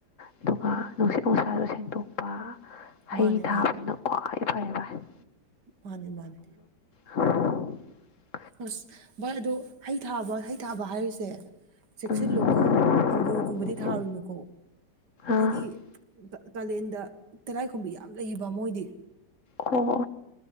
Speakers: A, on the left (about 45°); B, on the right (about 65°).
A: ꯑꯗꯨꯒ ꯅꯨꯡꯁꯤꯠ ꯅꯨꯡꯁꯥꯁꯨ ꯁꯦꯡꯗꯣꯛꯄ ꯍꯩ
B: ꯃꯥꯅꯦ
A: ꯊꯥꯕꯁꯤꯅ ꯈ꯭ꯋꯥꯏ ꯐꯔꯦ ꯐꯚꯔꯥꯏ
B: ꯃꯥꯅꯤ ꯃꯥꯅꯦ
A: ꯍ
B: ꯑꯁ ꯚꯣꯏ ꯑꯗꯨ ꯍꯩ ꯊꯥꯕ ꯍꯩ ꯊꯥꯕ ꯍꯥꯏꯔꯤꯁꯦ ꯆꯦꯛꯁꯤꯜꯂꯨꯀꯣ
A: ꯎꯝ
B: ꯑꯪꯒꯨꯔꯒꯨꯝꯕꯗꯤ ꯊꯥꯔꯨꯅꯨꯀꯣ ꯍꯥꯏꯗꯤ
A: ꯑꯥ ꯑꯣ
B: ꯀꯥꯂꯦꯟꯗ ꯇꯦꯔꯥꯏꯈꯨꯝꯕꯤ ꯌꯥꯝ ꯂꯩꯕ ꯃꯣꯏꯗꯤ
A: ꯑꯣ